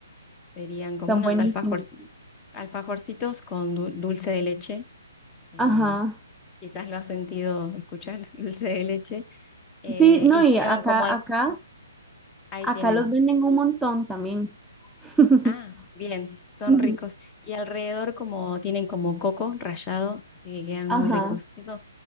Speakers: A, on the left; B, in the centre.
A: Serían como
B: Son
A: unos
B: buenísimos.
A: alfajorci- alfajorcitos con dul- dulce de leche. eh,
B: Ajá.
A: quizás lo has sentido escuchar, <laughs> dulce de leche. eh,
B: Sí, no,
A: y
B: y
A: se
B: acá,
A: van como al-
B: acá,
A: ahí
B: acá
A: tienen.
B: los venden un montón también. <laughs>
A: Ah, bien, son
B: Ujú,
A: ricos. Y alrededor como tienen como coco rallado, así que quedan
B: Ajá,
A: muy ricos. Eso